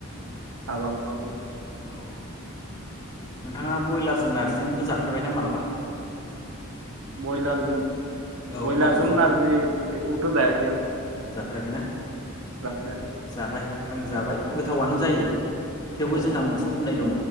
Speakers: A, on the right; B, on the left.
A: हाबाफोरावबो
B: औ नोंथाङा बयलारजों नार्जिंजोंखो जाफेरबायना मालाबा?
A: बयलारजों
B: औ
A: बयलारजों
B: नारजिजोंखौ
A: नारजि बेखौ जायाखै आं।
B: जाफेराखैना
A: जाफेराखै
B: जाबाय आं जाबाय गोथावानो जायो। थेवबो
A: औ
B: जोंहा
A: औ
B: मोनसे बुंनाय दङ।